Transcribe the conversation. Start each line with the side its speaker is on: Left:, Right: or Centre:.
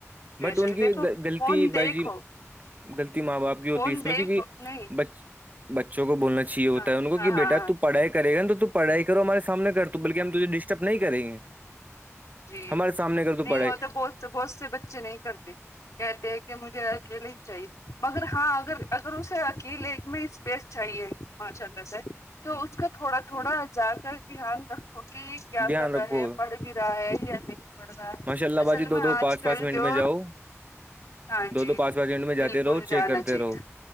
Left: بے
Right: بٹ
Left: شک
Right: ان کی
Left: دیکھو فون
Right: غلطی
Left: دیکھو
Right: بائی جی غلطی ماں باپ کی ہوتی
Left: فون
Right: اس
Left: دیکھو
Right: میں کیونکہ
Left: نہیں
Right: بچ بچوں کو بولنا چاہیےتا
Left: ہاں
Right: ہے ان کو
Left: ہاں
Right: کہ
Left: ہاں
Right: بیٹا
Left: ہاں
Right: تو پڑھائی کر گا تو پڑھائی کرو ہمارے سامنے کر تو بلکہ ہم تجھے ڈسٹرب نہیں کریں گے
Left: جی
Right: ہمارے سامنے کر
Left: نہیں
Right: پڑھائی
Left: وہ تو بہت تو بہت سے بچے نہیں کرتے کہتے کہ مجھے اکیلے ہی چاہیے مگر ہاں اگر اگر اسے اکیلے میں اسپیس چاہیے ماشا اللہ سے تو اس کا تھوڑا تھوڑا جا کر دھیان رکھ ک کیا
Right: دھیان
Left: کر رہا
Right: رکھو
Left: ہے پڑھ بھی رہا ہے یا نہیں پڑ رہا
Right: ماشاء اللہ
Left: اصل
Right: باجی
Left: میں
Right: دو دو
Left: آج
Right: پانچ
Left: کل
Right: پانچ منٹ
Left: جو
Right: میں جاؤ
Left: ہاں
Right: دو
Left: جی
Right: دو پانچ پانچ منٹ میں جاتے
Left: بالکل
Right: رہو
Left: جانا
Right: چیک کرتے
Left: چاہیے
Right: رہو